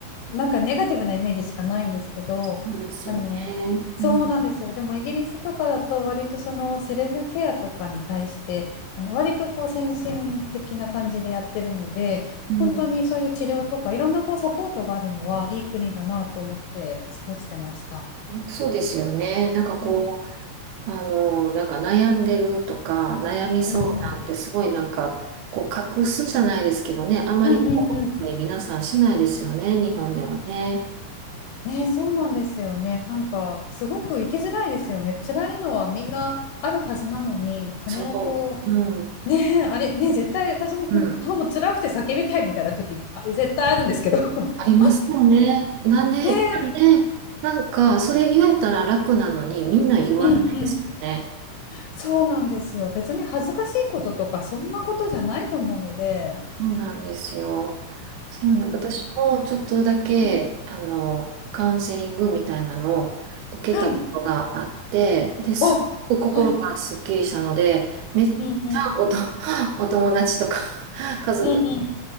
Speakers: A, on the left (about 80°); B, on the right (about 80°).
A: なんかネガティブなイメージしかないんですけど、
B: そうですよね。
A: あの、そうなんですよ。
B: うん、
A: でもイギリスとかだと、割とそのセルフケアとかに対して、あの割とこう先進的な感じでやってるので、
B: う
A: 本当にそういう治療とかいろんなこうサポートがあるのはいい国だなと思って過ごしてました。
B: ん、そうですよね。なんかこ
A: うん
B: う、あの、なんか悩んでるとか、悩み相談ってすごいなんか、
A: うん
B: こう隠すじゃないですけどね、あまりこうに皆さんしないですよね、
A: うんうんうんうん
B: 日本ではね。
A: ねそうなんですよね。なんかすごく生きづらいですよね。辛いのはみんなあるはずなのに、それをこ
B: そう。うん、
A: うねえ、あれねえ、絶対私も本当もう辛くて叫びたいみたいな時あ絶対あるんですけど
B: うん。
A: <laughs>
B: ありますよね。なんで、
A: ねえ。
B: なんで、なんか、それ言えたら楽なのに、みんな言わないですよね。
A: うんうん、そうなんですよ。別に恥ずかしいこととかそんなことじゃないと思うので、
B: そうなんですよ。そうなん、私もちょっとだけ、
A: うん
B: あの、カウンセリングみたいなのを受けたことがあって、
A: はい、
B: で、すっごく心がすっきりしたので、
A: あ、はい、
B: めっちゃおと、
A: うんうんうん
B: <laughs> お友達とか <laughs> 家族、
A: うん